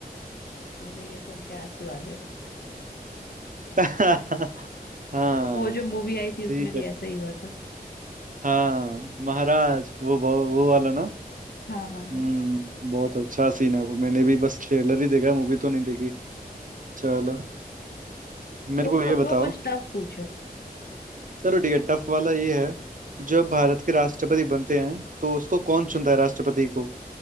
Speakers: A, on the left; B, on the right.
A: मुझे ये सुन के आंसू आ गए
B: <laughs> हाँ
A: वो जो मूवी आई थी उसमें
B: ठीक
A: भी
B: है
A: ऐसा ही हुआ था
B: हाँ महाराज वो वो वो वाला ना
A: हाँ हाँ हाँ
B: हम्म बहुत अच्छा सीन है वो मैंने भी बस ट्रेलर ही देखा है, मूवी तो नहीं देखी चलो मेरे
A: तुम
B: को ये
A: पूछो
B: बताओ
A: कुछ टफ पूछो
B: चलो ठीक है टफ वाला ये है जब भारत के राष्ट्रपति बनते हैं तो उसको कौन चुनता है राष्ट्रपति को